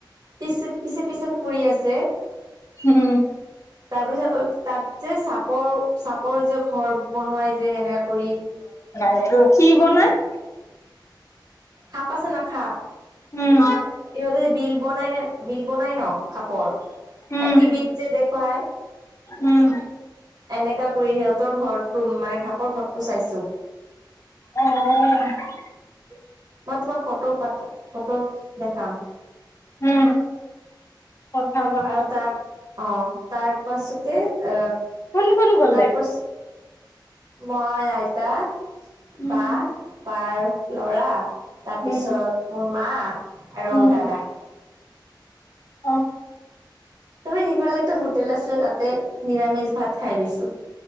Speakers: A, on the right; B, on the left.
A: পিছে পিছে পিছে ফুৰি আছে
B: উম
A: তাৰপিছত তাত যে চাপৰ চাপৰ যে ঘৰ বনোৱাই যে এনেকা কৰি
B: <unintelligible> কি বনাই <inaudible>
A: খাপ আছে না খাপ
B: উম
A: ইহঁতে বিল বনাই নে বিল বনাই ন খাপৰ
B: উম
A: এ তিভিত যে দেখায়
B: উম
A: এনেকা কৰি সিহঁতৰ ঘৰটো মানে ঘাপৰ ঘৰটো চাইছো
B: অ',
A: মই তোমাক ফটো পাথা ফটো দেখাম।
B: উম, পথাবা।
A: আৰু তাৰ অ', তাৰ পাছতে আহ
B: কোন কোন গলে
A: তাৰপাছ মই আইতা,
B: উম
A: বা, বাৰ ল'ৰা। তাৰপিছত
B: উম
A: মোৰ মা আৰু
B: উম
A: দাদা।
B: অ'।
A: তুমি সিফালে এটা হোটেল আছে, তাতে নিৰামিষ ভাত খাই লৈছো।